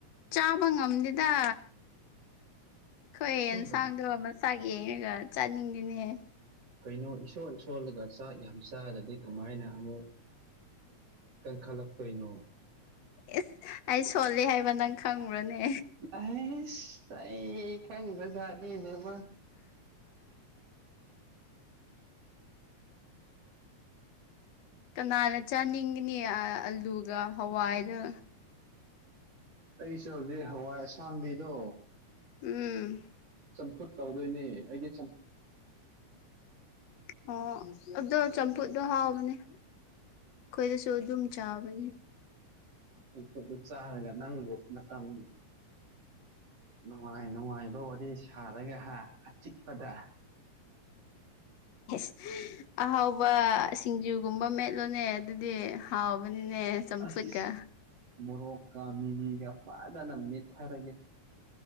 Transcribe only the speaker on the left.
ꯆꯥꯕ ꯉꯝꯗꯦꯗꯥ ꯑꯈꫭꯏ
ꯏꯟꯁꯥꯡꯗꯣ ꯃꯥꯁꯛ ꯌꯦꯡꯉꯒ ꯆꯥꯅꯤꯡꯗ‌ꯦꯅꯦꯍ‌ꯦ
ꯑꯦꯁ ꯑꯩ ꯁꯣꯂꯦ ꯍꯥꯏꯕ ꯅꯪ ꯈꯪꯕꯔꯅꯦ
ꯀꯅꯥꯅ ꯆꯥꯅꯤꯡꯅꯤ ꯑꯂꯨꯒ ꯍꯋꯥꯏꯗꯣ
ꯎꯝ
ꯎ ꯑꯣ ꯑꯗꯣ ꯆꯝꯐꯨꯠꯗꯣ ꯍꯥꯎꯕꯅꯦ ꯑꯩꯈꯣꯏꯗꯁꯨ ꯑꯗꯨꯝ ꯆꯕ
<inaudible> ꯑꯍꯥꯎꯕ ꯁꯤꯡꯖꯨꯒꯨꯝꯕ ꯃꯦꯠꯂꯣꯅꯦ ꯑꯗꯨꯗꯤ ꯍꯥꯎꯕꯅꯤꯅꯦ ꯆꯝꯐꯨꯠꯀ